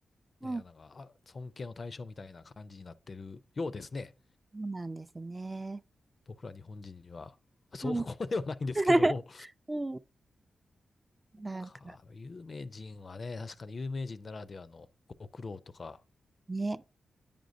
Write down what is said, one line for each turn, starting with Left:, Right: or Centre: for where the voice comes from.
Left: ね、
Right: うん、
Left: なんか、
Right: そ
Left: あ、尊敬の対象みたいな感じになってるようですね。
Right: うなんですね。
Left: 僕ら日本人には。そうこまではないんですけども。
Right: うん。<laughs> うん、なんか
Left: か、有名人はね、確かに有名人ならではのご苦労とか、
Right: ね。